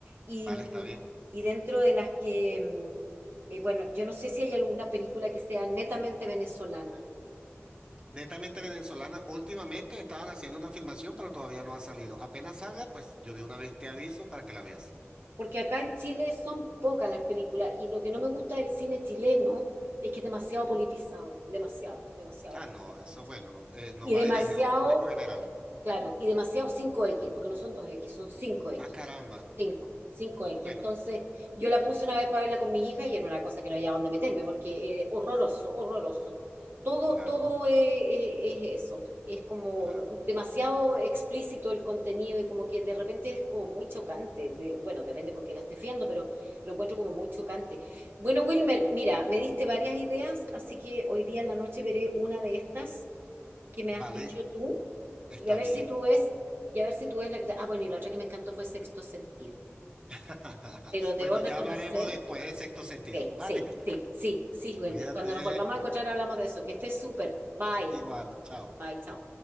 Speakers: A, on the right (about 50°); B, on the right (about 20°).
A: Y,
B: Vale,
A: mm,
B: está bien.
A: y dentro de las que, mm, eh, bueno, yo no sé si hay alguna película que sea netamente venezolana,
B: Netamente venezolana, últimamente estaban haciendo una filmación, pero todavía no ha salido. Apenas salga, pues yo de una vez te aviso para que la veas.
A: porque acá en Chile son pocas las películas y lo que no me gusta del cine chileno es que es demasiado politizado, demasiado, demasiado,
B: Ah,
A: demasiado,
B: no, eso
A: demasiado.
B: bueno, eh, no
A: Y
B: va
A: demasiado,
B: dirigido a un público general.
A: claro, y demasiado cinco x porque no son dos x son cinco x
B: Ah, caramba.
A: 5 5X.
B: Bueno,
A: Entonces, yo la puse una vez para verla con mi hija y era una cosa que no había dónde meterme porque eh, horroroso, horroroso. Todo,
B: claro,
A: todo eh, eh, es eso. Es como
B: claro.
A: demasiado explícito el contenido y como que de repente es como muy chocante. de- bueno, depende con quién la esté fiando, pero lo encuentro como muy chocante. Bueno, Wilmer, mira, me diste varias ideas, así que hoy día en la noche veré una de estas que me
B: Vale,
A: has dicho tú
B: está
A: y a ver
B: bien.
A: si tú ves, y a ver si tú ves la que te- Ah, bueno, y la otra que me encantó fue Sexto Sentido.
B: <laughs>
A: Pero debo
B: Bueno,
A: reconocer,
B: ya hablaremos después del sexto sentido.
A: eh,
B: Vale,
A: sí,
B: <laughs>
A: sí, sí, sí, sí, Wilmer.
B: cuídate.
A: Cuando nos volvamos a encontrar hablamos de eso. Que estés súper. Bye.
B: Igual, chao.
A: Bye, chao.